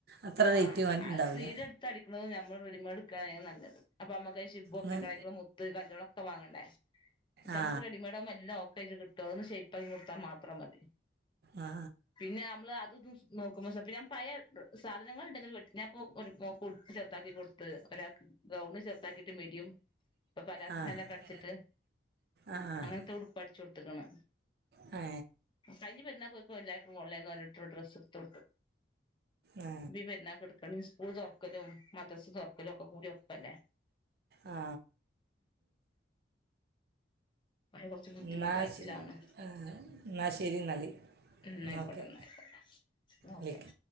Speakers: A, on the right; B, on the left.
A: അത്ര
B: ആഹ്
A: റേറ്റ്
B: ആ
A: ഉണ്ടാവില്ല
B: സീരം എടുത്തടിക്കണതും ഞമ്മള്. നമ്മള് റെഡിമ്മടെ എടുക്കുവാനാൽ നല്ലത് അപ്പൊ നമുക്ക്. <unintelligible>
A: ഉം.
B: മുത്ത് കല്ല്. ഒക്കെ വാങ്ങണ്ടേ നമുക്ക്
A: ആ
B: റെഡിമേഡ് ആക്കുമ്പോ എല്ലാ ഒക്കായിട്ട് കി <unintelligible> ഷേപ്പാക്കി കൊടുത്താ മാത്രം മതി.
A: ആ
B: പിന്നെ നമ്മള് അത് ലൂസ് നോക്കുമ്പോ ഡ്രസ്സ്‌ ഞാൻ പഴയ. സാധനങ്ങള് ഉണ്ടെങ്കില് വെട്ടിനപ്പോ ഒരു കൊ ചെറുതാക്കി കൊടുത്ത് അപ്പൊ ഒരാൾക്ക് ഗൗണ് ചെറുതാക്കി മിഡിയും. ഇപ്പൊ പാലസ്
A: ആ ആ
B: പ്ലാന്റ് ഒക്കെ അടിച്ചിട്ട്
A: ആ ആ
B: അങ്ങനെത്തെ ഉടുപ്പ് അടിച്ചു കൊ ഇട്ടക്കുണ്.
A: ഏ
B: കഴിഞ്ഞ പെരുന്നാള് ഇപ്പൊ എല്ലാവർക്കും ഓൺലൈനിൽ നിന്ന് ഡ്രസ്സ്‌ എടുത്തു.
A: ആ
B: നീ പെരുന്നാളിക്ക് എടുക്കാൽ. ഈ തെരക്കെല്ലാം മദ്രസ്സയാണ്. ഇവരൊക്കെ കൂടി രസമല്ലേ.
A: ആ
B: ഒരു കുറച്ച് ബുദ്ധിമുട്ടായിട്ടില്ലാണ്
A: എന്നാൽ ശ- ആ എന്നാൽ ശരി എന്നാൽ എന്നാൽ
B: ഉം എന്നാ ആയിക്കോട്ടെ
A: ഓക്കെ
B: എന്നാ ആയിക്കോട്ടെ ഒക്കെ.
A: വിളിക്കാം